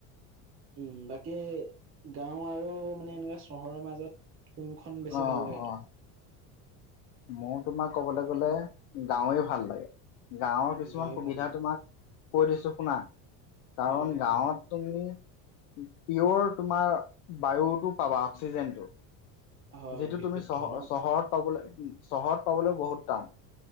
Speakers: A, on the right (about 30°); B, on the left (about 70°).
A: উম' বাকী গাঁও আৰু মানে এনেকুৱা চহৰৰ মাজত কোনখন বেছি
B: অ
A: ভাল লাগে
B: অ
A: তোমাৰ।
B: মোৰ তোমাৰ ক'বলৈ গ'লে, গাওঁৱে ভাল লাগে। গাঁৱৰ কিছুমান
A: গাঁৱে
B: সুবিধা
A: ভাল লাগে,
B: তোমাক কৈ দিছোঁ শুনা, কাৰণ
A: হয় কোৱা,
B: গাঁৱত তুমি পিয়ৰ তোমাৰ বায়ুটো পাবা অক্সিজেন টো।
A: হয়
B: যিটো
A: বিশুদ্ধ
B: তুমি চহ-চহৰত
A: ন?
B: পাবলৈ চহৰত পাবলৈ বহুত টান,